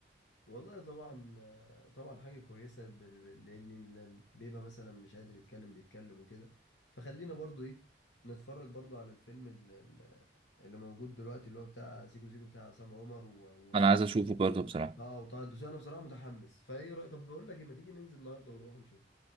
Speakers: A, on the left (about 90°); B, on the right (about 30°).
A: والله طبعا آه، طبعا حاجة كويسة بال- بال- لأن اللي بيبقى مثلا مش قادر يتكلم بيتكلم وكده فخلينا برضو إيه نتفرج برضو على الفيلم ال- ال- اللي موجود دلوقتي اللي هو بتاع سيكو سيكو بتاع عصام عمر و... و...
B: أنا عايز أشوفه برضه بصراحة
A: اه وطه الدسوقي أنا بصراحة متحمس فإيه رأي طب بقول لك إيه ما تيجي ننزل النهاردة ونروح نشوف